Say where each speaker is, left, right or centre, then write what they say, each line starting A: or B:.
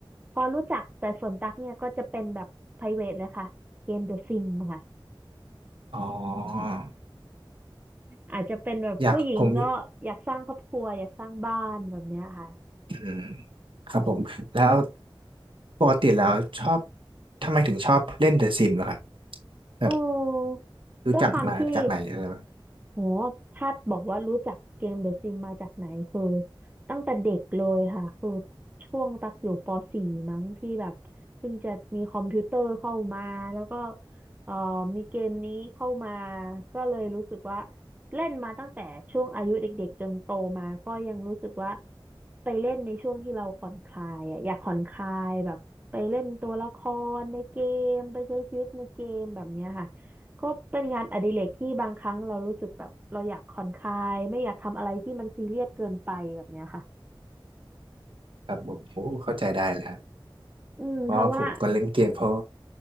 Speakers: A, on the right; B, on the right.
A: พอรู้จักแต่ส่วนตักเนี่ยก็จะเป็นแบบ private เลยค่ะเกม The Sim ค่ะ
B: อ๋อ
A: อาจจะเป็นแบบผู้หญิงก็อยากสร้างครอบครัวอยากสร้างบ้านแบบเนี้ยค่ะ
B: อยากผม <coughs> อืมครับผมแล้วปกติแล้วชอบทำไมถึงชอบเล่นเดอะซิมเหรอครับ แบบ
A: อืม
B: รู้จักมาจากไหนอะไรแบบ
A: ด้วยความที่ โหถ้าบอกว่ารู้จักเกมเดอะซิมมาจากไหนคือตั้งแต่เด็กเลยค่ะคือช่วงตักอยู่ป .4 มั้งที่แบบเพิ่งจะมีคอมพิวเตอร์เข้ามาแล้วก็เอ่อมีเกมนี้เข้ามาก็เลยรู้สึกว่าเล่นมาตั้งแต่ช่วงอายุเด็กๆจนโตมาก็ยังรู้สึกว่าไปเล่นในช่วงที่เราผ่อนคลายอะอยากผ่อนคลายแบบไปเล่นตัวละครในเกมไปใช้ชีวิตในเกมแบบเนี้ยค่ะ ก็เป็นงานอดิเรกที่บางครั้งเรารู้สึกแบบเราอยากผ่อนคลายไม่อยากทำอะไรที่มันซีเรียสเกินไปแบบเนี้ยค่ะ
B: ครับผมโอ้เข้าใจได้แล้ว
A: อืมเพราะว่า
B: เพราะผมก็เล่นเกมเพราะ